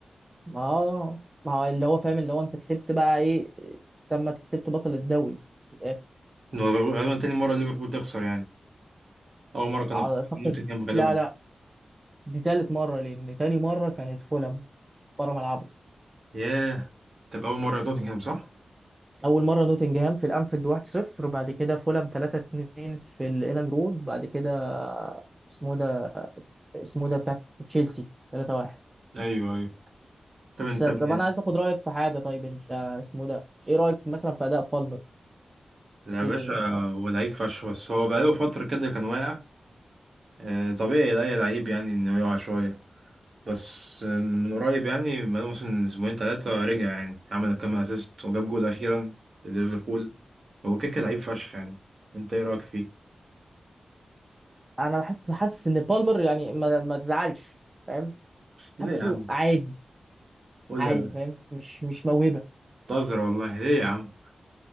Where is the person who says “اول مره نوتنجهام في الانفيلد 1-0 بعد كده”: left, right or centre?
Right